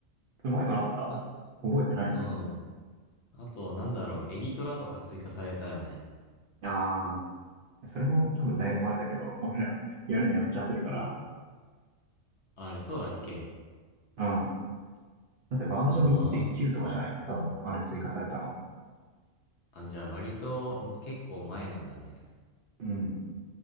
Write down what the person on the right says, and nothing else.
前からあった覚えてないの
ああー、それも多分だいぶ前だけど、俺らやるのやめちゃってるから。
うん。だってバージョン1.9とかじゃない多分、
あれ追加されたの。
うん。